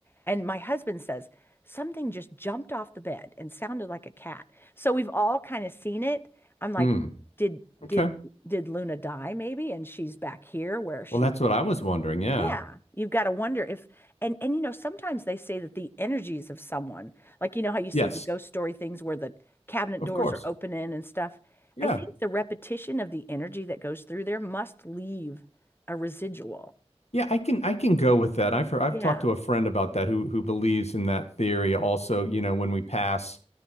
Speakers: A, on the left; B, on the left.
A: And my husband says, something just jumped off the bed and sounded like a cat. So we've all kind of seen it. I'm like,
B: Mm.
A: did
B: Okay.
A: did did Luna die maybe? And she's back here where she
B: Well, that's what I was wondering. Yeah.
A: yeah, you've got to wonder if and and you know sometimes they say that the energies of someone, like you know how you see
B: Yes,
A: the ghost story things where the cabinet
B: of
A: doors
B: course.
A: are opening and stuff.
B: Yeah.
A: I think the repetition of the energy that goes through there must leave a residual.
B: Yeah, I can I can go with that. I've heard, I've
A: Yeah.
B: talked to a friend about that who who believes in that theory. Also, you know, when we pass,